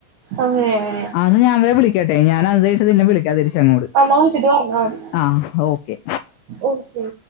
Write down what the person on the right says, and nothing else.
അങ്ങനെ അങ്ങനെ
വന്നാ വിളിച്ചിട്ട് പറഞ്ഞാ മതി
ഓക്കെ